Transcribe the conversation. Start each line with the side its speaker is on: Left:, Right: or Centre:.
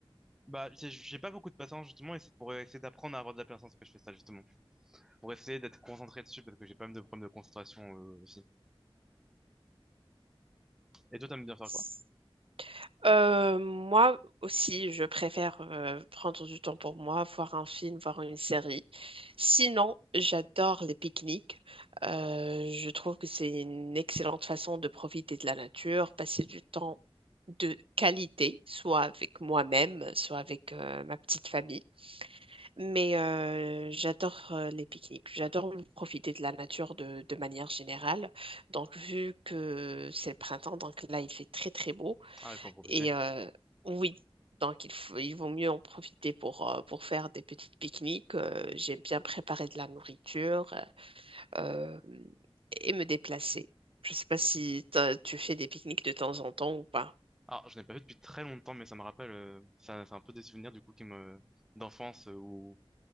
Centre: Bah, j'ai j'ai pas beaucoup de patience, justement, et c'est pour essayer d'apprendre à avoir de la patience que je fais ça, justement. Pour essayer d'être concentré dessus, parce que j'ai pas mal de problèmes de concentration, euh, aussi. Et toi, t'aimes bien faire
Right: <laughs>
Centre: quoi?
Right: Euh, moi aussi, je préfère euh, prendre du temps pour moi, voir un film, voir une série. Sinon, j'adore les pique-niques. Euh, je trouve que c'est une excellente façon de profiter de la nature, passer du temps de qualité, soit avec moi-même, soit avec euh, ma petite famille. Mais euh, j'adore euh, les pique-niques. J'adore profiter de la nature de de manière générale. Donc, vu que c'est le printemps, donc là, il fait très, très beau.
Centre: Ah, il faut en profiter.
Right: Et euh, oui, donc il faut, il vaut mieux en profiter pour, euh, pour faire des petites pique-niques. euh, j'aime bien préparer de la nourriture euh, et me déplacer. Je ne sais pas si t'as- tu fais des pique-niques de temps en temps ou pas. <laughs>
Centre: Alors, je n'ai pas fait depuis très longtemps, mais ça me rappelle, euh, ça, c'est un peu des souvenirs du coup qui me d'enfance euh, où,